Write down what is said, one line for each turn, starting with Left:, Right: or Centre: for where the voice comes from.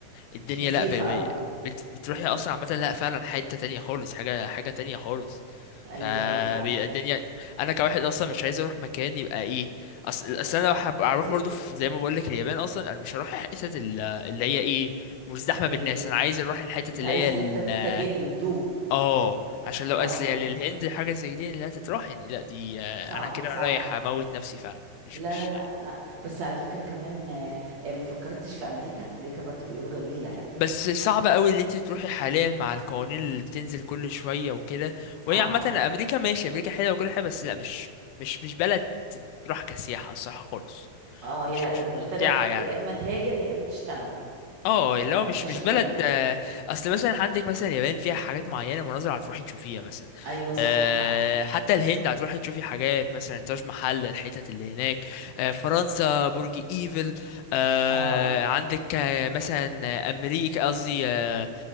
Left: الدنيا
Right: مش نظيفة
Left: لا ب... ب...
Right: قوي
Left: بت... بتروحي أصلا عامة لا فعلا حتة تانية خالص حاجة حاجة تانية خالص
Right: ايوه
Left: فبيبقى
Right: ايوه فعلا
Left: الدنيا انا كواحد اصلا مش عايز اروح مكان يبقى ايه اصل اصل انا لو هب- هروح
Right: ت...
Left: برضو في زي ما بقول لك اليابان اصلا انا مش هروح الحتت ال- اللي هي ايه مزدحمه بالناس
Right: ال...
Left: انا عايز اروح الحتت
Right: انت
Left: اللي
Right: عايز
Left: هي ال-
Right: حتة تستجم هدوء
Left: اه عشان لو
Right: اه
Left: اصل يعني الهند حاجه زي دي اللي هتتروح يعني لا دي آه،
Right: صعب
Left: انا كده
Right: صعب
Left: رايح اموت نفسي فعلا مش
Right: لا
Left: مش
Right: لا لا لا
Left: مم.
Right: بس على فكرة كمان آه، آه، ما فكرتش في امريكا امريكا برضو بيقولوا جميلة يا ابني
Left: بس صعب قوي اللي انت تروحي حاليا مع القوانين اللي بتنزل كل شويه وكده
Right: صعب
Left: وهي عامه امريكا ماشي امريكا حلوه وكل حاجه بس لا مش مش مش بلد تروح كسياحه الصراحه خالص
Right: اه هي
Left: مش مش
Right: محتاجة
Left: ممتعة يعني
Right: ت- يا اما تهاجر يا اما تشتغل
Left: اه اللي
Right: ما ما
Left: هو مش
Right: فيش
Left: مش
Right: اكتر
Left: بلد
Right: من كده
Left: آه، اصل مثلا عندك مثلا اليابان فيها حاجات معينة مناظر هتروحي تشوفيها مثلا
Right: ايوه صح
Left: آه،
Right: صح
Left: حتى الهند هتروحي تشوفي حاجات مثلا تاج محل الحتت اللي هناك آه، فرنسا برج ايفل آه،
Right: اه
Left: عندك آه، مثلا امريكا قصدي آه،